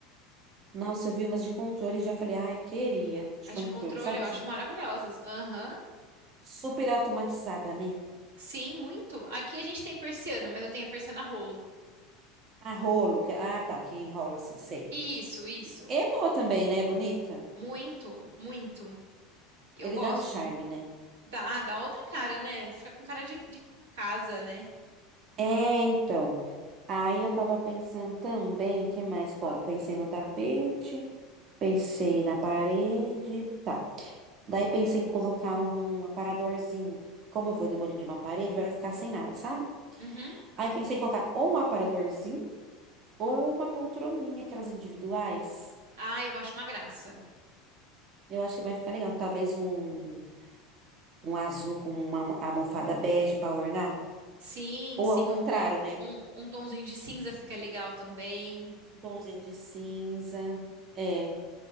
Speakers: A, on the right (about 45°); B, on the right (about 80°).
A: Nossa, eu vi umas de controle e já falei, ai, eu queria de
B: As
A: controle,
B: de controle
A: sabe?
B: eu acho
A: Su-
B: maravilhosas. Aham.
A: Super automatizada, né?
B: Sim, muito. Aqui a gente tem persiana, mas eu tenho a persiana rolo.
A: Ah, rolo, que, ah, tá, que enrola assim, sei.
B: Isso, isso.
A: É boa também, né? É bonita.
B: Muito, muito. Eu
A: Ele
B: gosto.
A: dá um charme, né?
B: Dá, dá outra cara, né? Fica com cara de, de casa, né?
A: É, então. Aí eu tava pensando também, que mais? Bom, pensei no tapete, pensei na parede, tá. Daí pensei em colocar um um aparadorzinho. Como eu vou demolir uma parede, vai ficar sem nada, sabe?
B: Uhum.
A: Aí pensei em colocar ou um aparadorzinho ou uma poltroninha, aquelas individuais.
B: Ah, eu acho uma graça.
A: Eu acho que vai ficar legal. Talvez um, um azul com uma almo- almofada bege pra ornar.
B: Sim,
A: Ou
B: sim,
A: ao contrário,
B: um,
A: né?
B: um um tonzinho de cinza fica legal também.
A: Um tomzinho de cinza. É,